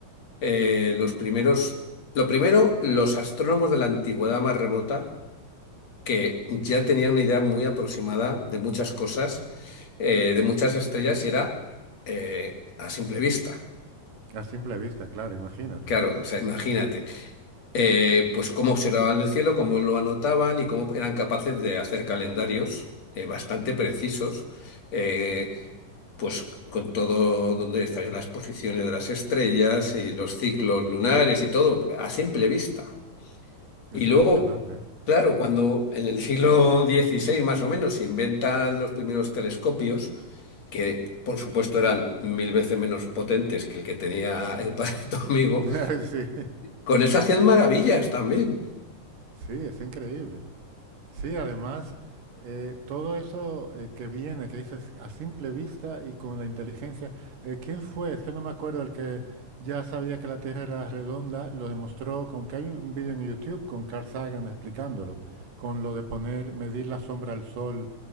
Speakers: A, on the left; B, on the right.
A: eh, los primeros, lo primero, los astrónomos de la antigüedad más remota, que ya tenían una idea muy aproximada de muchas cosas, eh, de muchas estrellas, y era eh, a simple vista.
B: A simple vista, claro, imagínate.
A: Claro, o sea, imagínate. eh, pues cómo observaban el cielo, cómo lo anotaban y cómo eran capaces de hacer calendarios eh, bastante precisos, eh, pues con todo donde estarían las posiciones de las estrellas y los ciclos lunares y todo, a simple vista.
B: Es
A: Y luego,
B: impresionante, ¿eh?
A: claro, cuando en el siglo XVI más o menos se inventan los primeros telescopios, que por supuesto eran mil veces menos potentes que el que tenía el padre de tu amigo,
B: <laughs> Sí,
A: con eso hacían maravillas también.
B: sí, es increíble. Sí, además, eh, todo eso eh, que viene, que dices a simple vista y con la inteligencia, eh, ¿quién fue? Es que no me acuerdo el que ya sabía que la Tierra era redonda, lo demostró con que hay un un vídeo en YouTube con Carl Sagan explicándolo, con lo de poner, medir la sombra al sol,